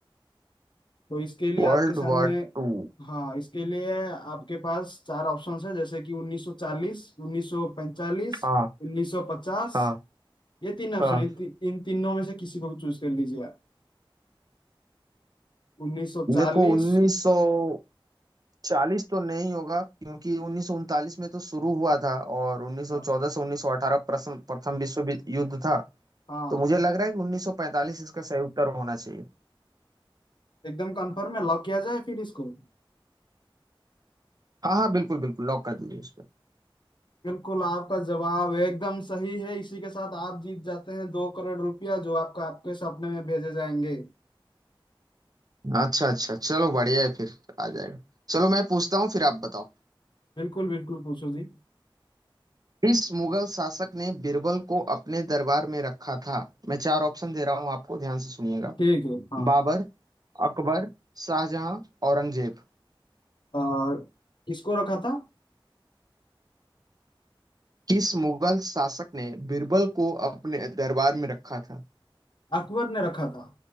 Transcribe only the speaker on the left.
तो इसके लिए
आपके सामने
हाँ इसके लिए आपके पास चार ऑप्शंस है जैसे कि 1940 1945
1950
ये तीन ऑप्शन
है। इन, ति, इन तीनों में से किसी को भी चूज कर लीजिए आप 1940
हाँ
हाँ,
एकदम कंफर्म है लॉक किया जाए फिर इसको
बिल्कुल आपका जवाब एकदम सही है इसी के साथ आप जीत जाते हैं दो करोड़ रुपया जो आपका आपके सपने में भेजे जाएंगे
बिल्कुल बिल्कुल पूछो जी
ठीक है हाँ
और किसको रखा था
अकबर ने रखा था